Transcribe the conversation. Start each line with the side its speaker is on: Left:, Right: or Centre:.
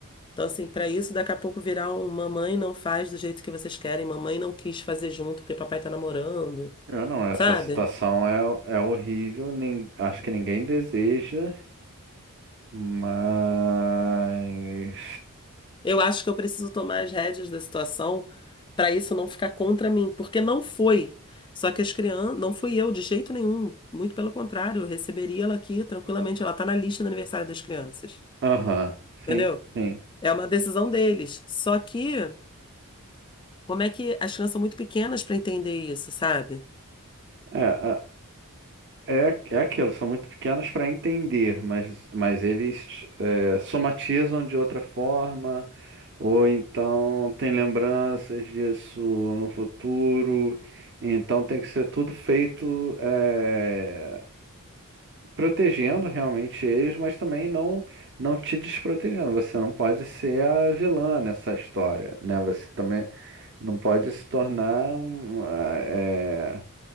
Left: Então, assim, para isso, daqui a pouco virar um mamãe não faz do jeito que vocês querem, mamãe não quis fazer junto porque papai tá namorando,
Right: eu não, essa
Left: sabe?
Right: situação é, é horrível, nem, acho que ninguém deseja, mas.
Left: Eu acho que eu preciso tomar as rédeas da situação para isso não ficar contra mim, porque não foi. Só que as crianças, não fui eu de jeito nenhum, muito pelo contrário, eu receberia ela aqui tranquilamente, ela tá na lista do aniversário das crianças,
Right: Aham,
Left: entendeu?
Right: sim, sim.
Left: É uma decisão deles. Só que, como é que as crianças são muito pequenas para entender isso, sabe?
Right: É, a- é, é aquilo, são muito pequenos para entender, mas, mas eles é, somatizam de outra forma. Ou então tem lembranças disso no futuro. Então tem que ser tudo feito é, protegendo realmente eles, mas também não não te desprotegendo. Você não pode ser a vilã nessa história, né? Você também não pode se tornar, um, é,